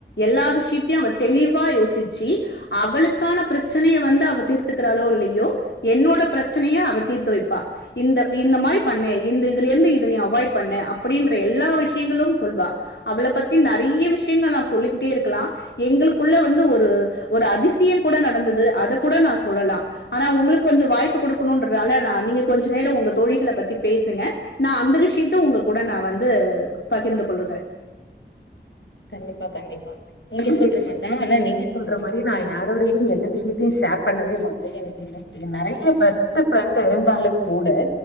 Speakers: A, on the left; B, on the left.
A: எல்லா விசியத்தையும் தெளிவா யோசிச்சு அவளுக்கான பிரச்சனைய வந்து தீர்த்துக்கிறாளோ இல்லையோ என்னோட பிரச்சனைய அவ தீர்த்து வைப்பா இந்த இந்த மாதிரி பண்ணு இந்த இதுலருந்து அவாய்ட் பண்னு அப்படின்ற எல்லா விஷயங்களும் சொல்வா அவளை பத்தி நிறைய விஷயங்கள் நான் சொல்லிக்கிட்டே இருக்க க்கலாம் எங்களுக்குள்ள வந்து ஒரு ஒரு அதிசயம் கூட நடந்தது அத கூட நா சொல்லா ஆனா ஒங்களுக்கு கொஞ்சோ வாய்ப்பு கொடுக்கணுன்றால நீங்க கொஞ்ச நேரோ உங்க தோழிகள பத்தி பேசுங்க நா அந்த விஷயத்த உங்க கூட நா வந்து பகிர்ந்து கொள்ளுறே
B: கண்டிப்பா கண்டிப்பா நீங்க சொல்ற மாரிதா ஆனா நீங்க சொல்ற மாரி நா யாரோடயு எந்த விஷயத்தையு ஷேர் பண்ணவே மாட்டே எனக்கு என் நெறய பெஸ்ட்டு ஃப்ரெண்டு இருந்தாலு கூட